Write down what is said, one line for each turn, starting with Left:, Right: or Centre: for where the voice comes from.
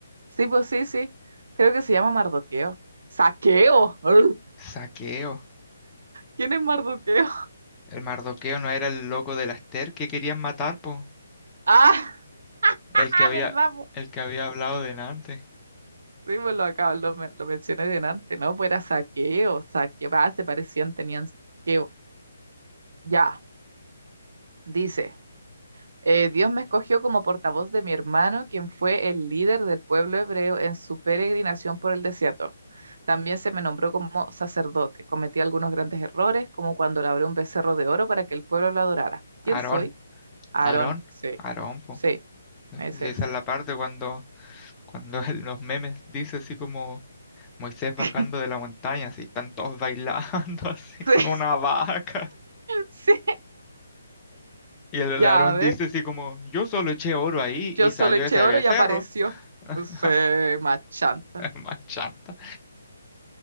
Right: Sí, pues sí, sí. Creo que se llama Mardoqueo. ¡Saqueo! <laughs> ¡Ur!
Left: Saqueo.
Right: ¿Quién es Mardoqueo?
Left: El Mardoqueo no era el loco de la Esther que querían matar, po.
Right: <laughs> ¡Ah!
Left: El
Right: ¡Ah,
Left: que había,
Right: verdad! po!
Left: el que había hablado delante.
Right: Sí, pues lo acabo, lo, men- lo mencioné delante, ¿no? Pues era saqueo, saqueo. Ah, se parecían, tenían saqueo. Ya, dice. eh, Dios me escogió como portavoz de mi hermano, quien fue el líder del pueblo hebreo en su peregrinación por el desierto. También se me nombró como sacerdote. Cometí algunos grandes errores, como cuando labré un becerro de oro para que el pueblo lo adorara.
Left: Aarón,
Right: ¿Quién soy? Aarón.
Left: Aarón,
Right: Sí.
Left: Aarón, po.
Right: Sí, ese
Left: Y esa
Right: es.
Left: es la parte cuando, cuando <laughs> en los memes dice así como Moisés bajando
Right: <laughs>
Left: de la montaña, así, están todos bailando <laughs> así
Right: Sí,
Left: con una vaca.
Right: sí.
Left: Y el
Right: Ya,
Left: Aarón
Right: a ver,
Left: dice así como, yo solo eché oro ahí
Right: yo
Left: y
Right: solo
Left: salió
Right: eché
Left: ese
Right: oro
Left: becerro.
Right: y apareció.
Left: <laughs>
Right: Se machanta.
Left: Es Más chanta.